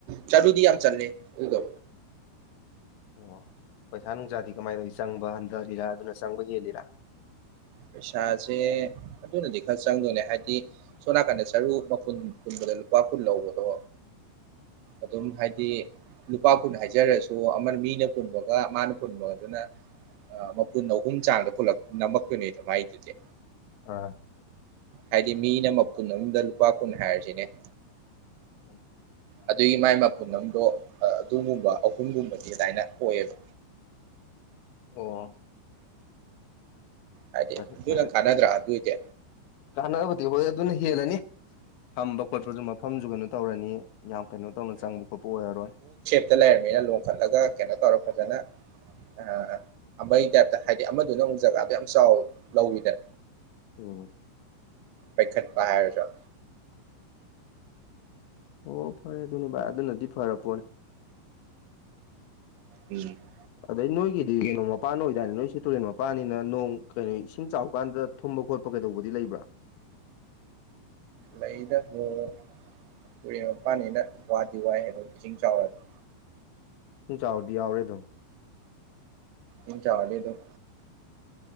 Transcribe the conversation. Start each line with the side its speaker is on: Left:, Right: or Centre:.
Right: ꯆꯔꯨꯗꯤ ꯌꯥꯝ ꯆꯂꯦ ꯑꯗꯨꯗꯣ
Left: ꯑꯣ ꯄꯩꯁꯥ ꯅꯨꯡꯁꯥꯗꯤ ꯀꯃꯥꯏꯅ ꯇꯧꯋꯔꯤ ꯆꯪꯕ ꯍꯟꯊꯔꯤꯔꯥ ꯑꯗꯨꯅ ꯆꯪꯕ ꯍꯦꯜꯂꯤꯔꯥ
Right: ꯄꯩꯁꯥꯁꯦ ꯑꯗꯨꯅꯗꯤ ꯈꯔ ꯆꯪꯗꯣꯏꯅꯦ ꯍꯥꯏꯗꯤ ꯁꯣꯝ ꯅꯥꯀꯟꯗ ꯁꯔꯨ ꯃꯨꯟꯒꯨꯟꯕꯗ ꯂꯨꯄꯥ ꯀꯨꯟ ꯂꯧꯕꯗꯣ ꯑꯗꯨꯝ ꯍꯥꯏꯗꯤ ꯂꯨꯄꯥ ꯀꯨꯟ ꯍꯥꯏꯖꯔꯁꯨ ꯑꯃꯅ ꯃꯤꯅ ꯄꯨꯟꯕꯒ ꯃꯥꯅ ꯄꯨꯟꯕꯒꯗꯨꯅ ꯃꯄꯨꯟ ꯑꯍꯨꯝ ꯆꯥꯡꯗ ꯅꯝꯃꯛꯇꯣꯏꯅꯦꯗ ꯃꯥꯏꯗꯨꯗꯤ
Left: ꯍ <unintelligible>
Right: ꯍꯥꯏꯗꯤ ꯃꯤꯅ ꯃꯄꯨꯟ ꯑꯃꯗ ꯂꯨꯄꯥ ꯀꯨꯟ ꯍꯥꯏꯔꯖꯤꯅꯦ
Left: ꯎꯝ <unintelligible>
Right: ꯑꯗꯨꯒꯤ ꯃꯥꯏ ꯃꯄꯨꯟ ꯑꯝꯗꯣ ꯑꯗꯨꯒꯨꯝꯕ ꯑꯍꯨꯝꯒꯨꯝꯕꯗꯤ ꯑꯗꯥꯏꯅ ꯑꯣꯏꯌꯦꯕ꯫
Left: ꯑꯣ
Right: ꯍꯥꯏꯗꯤ
Left: ꯐꯔꯦ
Right: ꯑꯗꯨ
Left: ꯐꯔꯦ
Right: ꯅꯪ ꯀꯥꯟꯅꯗ꯭ꯔꯥ ꯑꯗꯨꯏꯗꯤ
Left: ꯀꯥꯟꯅꯕꯗꯤ ꯍꯣꯏ ꯑꯗꯨꯅ ꯍꯦꯜꯂꯅꯤ ꯊꯝꯕ ꯈꯣꯠꯄꯖꯨ ꯃꯐꯝꯖꯨ ꯀꯩꯅꯣ ꯇꯧꯔꯅꯤ ꯌꯥꯝ ꯀꯩꯅꯣ ꯇꯧꯅ ꯆꯪꯕ ꯈꯣꯠꯄ ꯑꯣꯏꯔꯔꯣꯏ
Right: <unintelligible> ꯂꯩꯔꯃꯤꯅ ꯂꯣꯡꯈꯠꯂꯒ ꯀꯩꯅꯣ ꯇꯧꯔ ꯐꯖꯅ ꯑ ꯑꯃꯒꯤ ꯇꯥꯏꯞꯇ ꯍꯥꯏꯗꯤ ꯑꯃꯗꯨꯅ ꯑꯃꯨꯛ ꯖꯒꯥꯗꯣ ꯌꯥꯝ ꯆꯥꯎ ꯂꯧꯋꯤꯗ
Left: ꯎꯝ
Right: ꯄꯥꯏꯈꯠꯄ ꯍꯥꯏꯔꯁꯨ
Left: ꯑꯣ ꯐꯔꯦ ꯑꯗꯨꯅꯤ ꯚꯥꯏ ꯑꯗꯨꯅꯗꯤ ꯐꯔꯄꯣꯠꯅꯤ꯫
Right: ꯎꯝ <unintelligible>
Left: ꯑꯗꯩ ꯅꯣꯏꯒꯤꯗꯤ ꯀꯩꯅꯣ ꯃꯄꯥꯟ ꯑꯣꯏꯗꯥꯏꯅꯦ ꯅꯣꯏꯁꯦ ꯇꯨꯔꯦꯟ ꯃꯄꯥꯟꯅꯤꯅ ꯅꯣꯡ ꯀꯩꯅꯣ ꯏꯁꯤꯡ ꯆꯥꯎꯕ ꯀꯥꯟꯗ ꯊꯨꯝꯕ ꯈꯣꯠꯄ ꯀꯩꯗꯧꯕꯗꯤ ꯂꯩꯕ꯭ꯔꯥ
Right: ꯂꯩꯗ ꯍꯣꯡ ꯇꯨꯔꯦꯟ ꯃꯄꯥꯟꯅꯤꯅ ꯋꯥꯗꯤ ꯋꯥꯏ ꯍꯥꯏꯕ ꯏꯁꯤꯡ ꯆꯥꯎꯔꯛꯑꯗꯤ꯫
Left: ꯁꯨꯝ ꯆꯥꯎꯗꯤ ꯌꯥꯎꯔꯦ ꯑꯗꯨꯝ
Right: ꯏꯁꯤꯛ ꯆꯥꯎꯔꯗꯤ ꯑꯗꯨꯝ